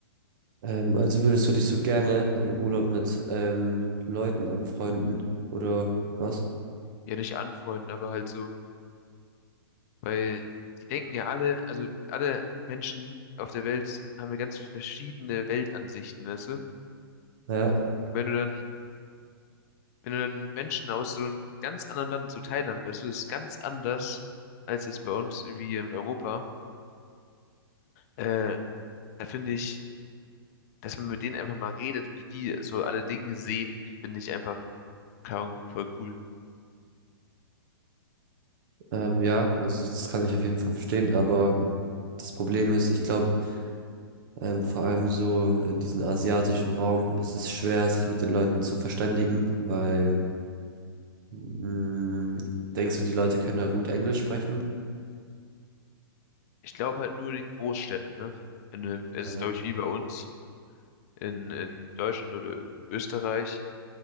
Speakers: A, on the right; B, on the left.
A: Ähm, also würdest du dich so gerne im Urlaub mit ähm, Leuten anfreunden oder was?
B: Ja, nicht anfreunden, aber halt so, weil die denken ja alle, also alle Menschen auf der Welt haben ja ganz verschiedene Weltansichten, weißt du?
A: Ja,
B: Wenn du dann, wenn du dann Menschen aus so einem ganz anderen Land, so Thailand, weißt du, das ist ganz anders als jetzt bei uns irgendwie hier in Europa. Äh, da finde ich, dass man mit denen einfach mal redet, wie die so alle Dinge sehen, finde ich einfach, keine Ahnung, voll cool.
A: ähm, ja, also ich- das kann ich auf jeden Fall verstehen, aber das Problem ist, ich glaube, ähm, vor allem so in diesem asiatischen Raum ist es schwer, sich mit den Leuten zu verständigen, weil mh, denkst du, die Leute können ja gut Englisch sprechen?
B: Ich glaube halt nur in den Großstädten, ne? In, äh, es
A: Ja.
B: ist, glaube ich, wie bei uns in, in Deutschland oder Österreich.